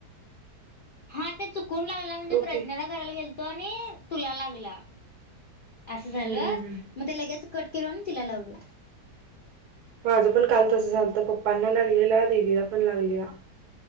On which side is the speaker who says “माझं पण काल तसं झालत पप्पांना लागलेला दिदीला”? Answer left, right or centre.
Right